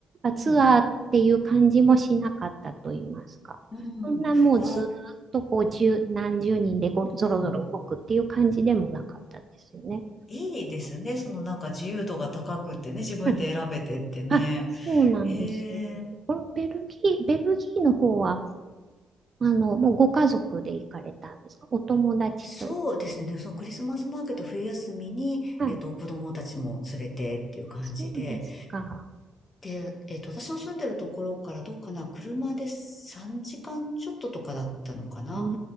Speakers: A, on the right (about 40°); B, on the left (about 30°).
A: ツアーっていう感じもしなかったと言いますか。
B: うんうん。
A: そんなもうずっとこう十何十人でごぞろぞろ動くっていう感じでもなかったんですよね。
B: あ、うん。いいですね。そのなんか自由度が高くってね、自分で選べてってね。
A: <laughs> あ、そうなんです。
B: へえ。
A: このベルギー、ベルギーの方は、あの、もうご家族で行かれたんですかお友達と。
B: そうですね。でそのクリスマスマーケット冬休みに、
A: はい。
B: えっと、子供たちも連れてっていう感じで。
A: そうですか。
B: で、えっと、私の住んでるところからどうかな、車で3時間ちょっととかだったのかな。
A: うー